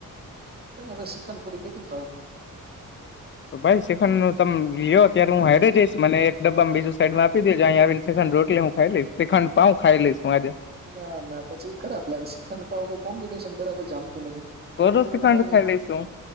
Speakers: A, on the right (about 30°); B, on the left (about 35°).
A: તમે શિખણ પૂરી કેતી ખાવ
B: ભાઈ શ્રીખંડનું તમ લયો ત્યારે હું હાઈડ્રે જઈશ મને એક ડબ્બા માં બીજું સાઈમાં આપી દેજો આવીને શીખન રોટલી હું ખાઈ લઈશ <unintelligible> હું આજે
A: ના ના પછી ખરાબ લાગે શીખંડ પાાવ કોમ્બિનેશન બરાબર જામતું નથી
B: કોરું
A: એનાકતા
B: શ્રીખંડ
A: તમે
B: ખાઈ લઈશ હું